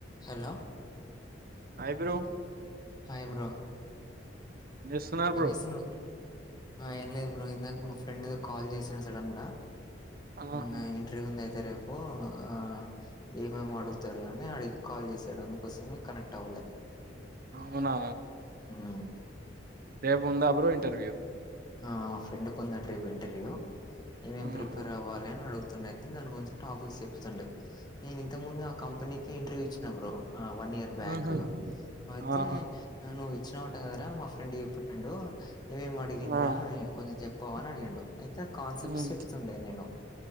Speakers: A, on the left (about 25°); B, on the right (about 55°).
A: Hello
B: hi bro
A: hi bro
B: ఏం చేస్తున్నారు బ్రో
A: ఏం చేసనావ్ ఏం లేదు బ్రో ఇందాక మా ఫ్రెండ్ద కాల్ చేసా సడన్ గా
B: ఆహా
A: నా ఇంటర్వ్యూ ఉంది అయితే రేపు ఆ ఏమేమి అడుగుతారు అని అడి కాల్ చేసాడు అందుకోసమే కనెక్ట్ అవ్వాలి
B: అవునా
A: ఉమ్
B: రేపు ఉందా బ్రో ఇంటర్వ్యూ
A: ఆ మా ఫ్రెండ్ కు ఉందంటా రేపు ఇంటర్వ్యూ ఏమేం
B: ఆహా
A: ప్రిపేర్ అవ్వాలి అని అడుగు దాని గురించి టాపిక్స్ చెప్తుండే నేను ఇంత ముందు ఆ కంపెనికి ఇంటర్వూ ఇచ్ బ్రో ఆ వన్ ఇయర్ బ్యాక్
B: ఉహు
A: అయితే
B: ఆహా
A: నువ్వు ఇచ్చినావట కదరా మా ఫ్రెండ్ ఇ ఫ్రెండు ఇవేం అడిగిండ్రా
B: ఆ
A: కొంచెం చెప్పవా అని అడిగిండు అయితే కాన్సెప్ట్స్
B: ఉమ్
A: చెప్తుండే నేను